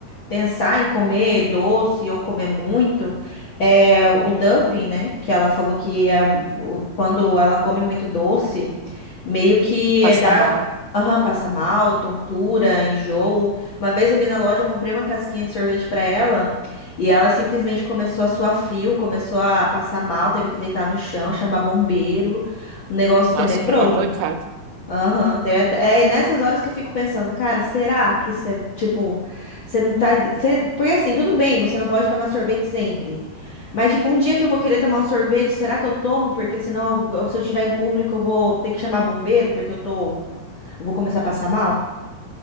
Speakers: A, on the left; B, on the right.
A: pensar em comer doce ou comer muito, é o dumping, né? Que ela falou que é um- quando ela come muito doce, meio que
B: passa
A: é dá,
B: mal.
A: aham, passa mal, tontura, enjoo. Uma vez ali na loja eu comprei uma casquinha de sorvete para ela e ela simplesmente começou a suar frio, começou a passar mal, teve que deitar no chão, chamar bombeiro, um negócio
B: Nossa,
A: tenebroso.
B: que complicado.
A: Aham, daí eu até- é nessas horas que eu fico pensando, cara, será que isso é, tipo, você não tá, você- porque assim, tudo bem, você não pode tomar sorvete sempre, mas tipo, um dia que eu vou querer tomar um sorvete, será que eu tomo? Porque senão, eu- eu- se eu estiver em público, eu vou ter que chamar bombeiro, porque eu tô, eu vou começar a passar mal?